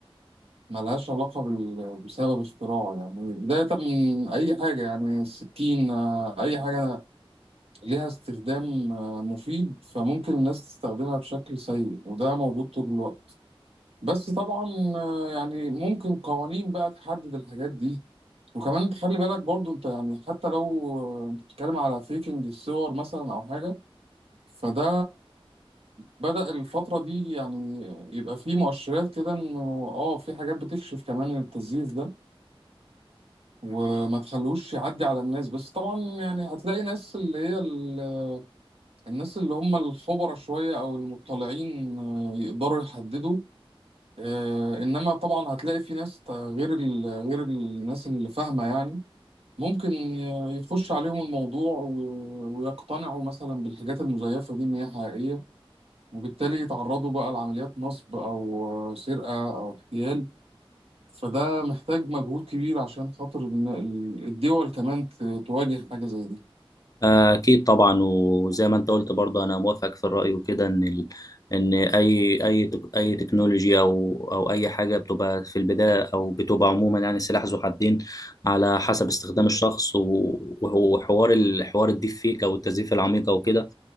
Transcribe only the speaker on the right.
ملهاش علاقة بال- بسبب اختراعه يعني بداية من أي حاجة يعني السكين أي حاجة ليها استخدام آه، مفيد فممكن الناس تستخدمها بشكل سيء وده موجود طول الوقت بس طبعا آه، يعني ممكن قوانين بقى تحدد الحاجات دي وكمان انت خلي بالك برضو انت يعني حتى لو انت بتتكلم على فيكنج الصور مثلا او حاجه فده بدأ الفتره دي يعني يبقى فيه مؤشرات كده انه اه في حاجات بتكشف كمان التزييف ده وما تخلوش يعدي على الناس بس طبعا يعني هتلاقي ناس اللي هي ال- الناس اللي هم الخبراء شويه او المطلعين آه، يقدروا يحددوا آه، انما طبعا هتلاقي في ناس غير ال- غير الناس اللي فاهمه يعني ممكن ي- يخش عليهم الموضوع و- ويقتنعوا مثلا بالحاجات المزيفة دي إن هي حقيقية وبالتالي يتعرضوا بقى لعمليات نصب أو سرقة أو اغتيال فده محتاج مجهود كبير عشان خاطر إن ال- الدول كمان ت- تواجه حاجة زي دي